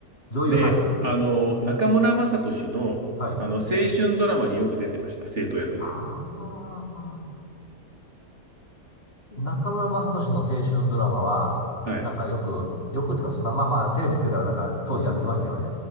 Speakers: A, on the left; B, on the right.
A: 女優、
B: で、
A: はい。
B: あの、中村雅俊の、
A: はい。
B: あの、青春ドラマによく出てました、生徒役で。
A: ああ、中村雅俊の青春ドラマは、
B: はい。
A: なんかよく、よくっていうか、そんな、まあまあ、テレビつけたらなんか当時やってましたよね。